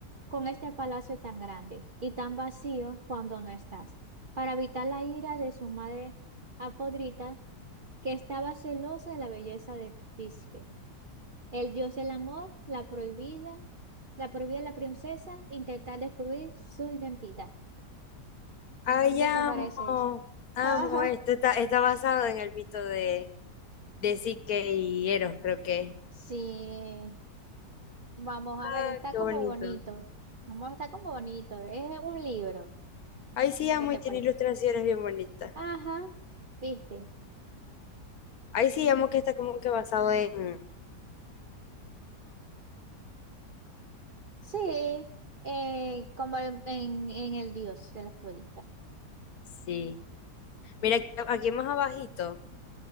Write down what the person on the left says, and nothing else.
Ay,
amo,
amo.
Esto está, está basado en el mito de, de Psique y Eros, creo que es.
Ah,
qué
bonito.
Ay, sí,
amo
y tiene
ilustraciones bien bonitas.
Ay, sí, amo que está como que basado en...
Sí. Mira, aquí, aquí más abajito.